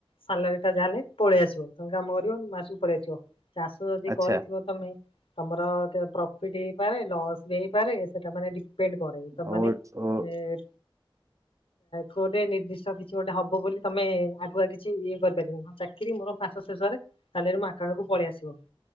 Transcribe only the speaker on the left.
ସାଲାରୀ ଟା ଯାହା ହେେଲେ ପଳେଇ ଆସିବ ତମେ କାମ କରିବ ମାସକୁ ପଳେଇ ଆସିବ, ଚାଷ ଯଦି
କରିଥିବ ତମେ ତମର ପ୍ରଫିଟ ହେଇପାରେ ଲସ୍ ବି ହେଇପାରେ ସେଟା ମାନେ ଡିପେଣ୍ଡ କରେ ତମ
ମାନେ
ଏ ଗୋଟେ ନିର୍ଦ୍ଦିଷ୍ଟ କିଛି ଗୋଟେ ହବ ବୋଲି ତମେ ଆଗୁଆ କିଛି ଇଏ କରିପାରିବ ହଁ ଚା ଚାକିରି ମୋର ମାସ ଶେଷରେ ମୋ ଆକାଉଣ୍ଟ କୁ ପଳେଇ ଆସିବ,